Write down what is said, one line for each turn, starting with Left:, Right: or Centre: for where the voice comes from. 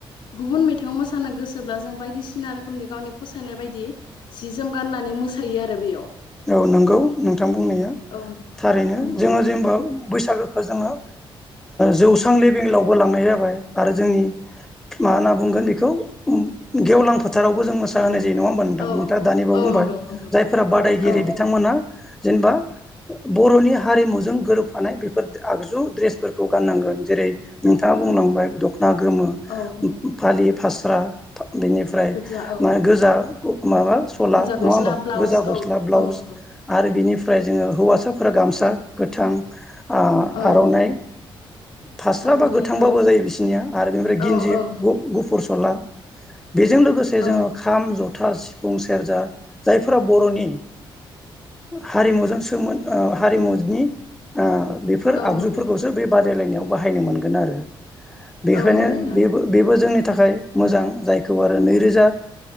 Left: गुबुन मेथाइआव मोसानो गोसोब्ला जों बायदिसिना रोखोमनि गावनि फसायनाय बायदि। सि जोम गाननानै मोसायो आरो बेयाव।
Centre: औ नोंगौ नोंथां बुंनाया
Left: ओ
Centre: थारैनो
Left: औ नंगौ
Centre: जोङो जेनेबा बैसागोखौ जोङो। जौस्रां लेबेलावबो लांनाय जाबाय आरो जोंनि मा होनना बुंगोन बेखौ गेवलां फोथारावबो जों मोसाहोनाय जा - नङ
Left: औ
Centre: नोंथाङा
Left: नंगौ
Centre: दानि बेयाव
Left: औ
Centre: बुंबाय
Left: नंगौ नंगौ
Centre: जायफोरा बादाय गिरि
Left: औ नंगौ
Centre: बिथांमोना जेनेबा बर'नि हारिमुजों गोरोबफानाय बेफोर आगजु द्रेसफोरखौ गाननांगोन जेरै नोंथाङा बुंलांबाय दख'ना ना गोमो
Left: औ नंगौ
Centre: फालि फास्रा बेनिफ्राय
Left: गोजा औ
Centre: मा गोजा माबा सला
Left: गोजा
Centre: नङा
Left: गस्ला
Centre: होमबा
Left: ब्लाउस
Centre: गोजा गस्ला
Left: औ
Centre: ब्लाउस
Left: औ नंगौ
Centre: आरो आरो बिनिफ्राय जोङो हौवासाफोरा गामसा गोथां आ-आर'नाइ
Left: औ नंगौ
Centre: फास्राबा
Left: आर'नाइ
Centre: गोथांबाबो
Left: औ
Centre: जायो बिसनिया आरो बेनिफ्राय
Left: औ
Centre: गिन्जि
Left: औ नंगौ
Centre: गुफुर सला बेजों लोगोसे
Left: औ
Centre: जोङो
Left: नंगौ
Centre: खाम जथा सिफुं सेरजा जायफोरा बर'नि हारिमुजों सोमोनद हारिमुनि ओ बेफोर
Left: औ
Centre: आगजुफोरखौसो
Left: नंगौ
Centre: बे बा रादायलायनायाव बाहायनो मोनगोन आरो। बेखायनो
Left: औ नंगौ नोंथां
Centre: बेबो बेबो जोंनि नि थाखाय मोजां जायखौ आरो नैरोजा